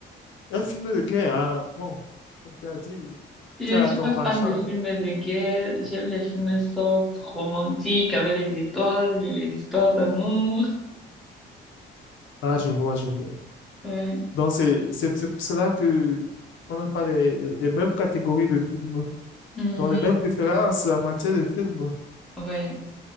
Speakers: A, on the left (about 75°); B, in the centre.
A: Un film de guerre. Ah, bon, comme tu as dit,
B: Je
A: tu
B: ne
A: as
B: suis
A: ton
B: pas
A: penchant.
B: fan des films de guerre. J'aime les films soft, romantiques, avec les étoiles et les histoires d'amour.
A: Ah, je vois, je vois.
B: Ouais.
A: Donc, c'est c'est- c'est pour cela que on n'a pas les, les- les mêmes catégories de films,
B: Mhm.
A: donc les mêmes préférences en matière de films.
B: Ouais.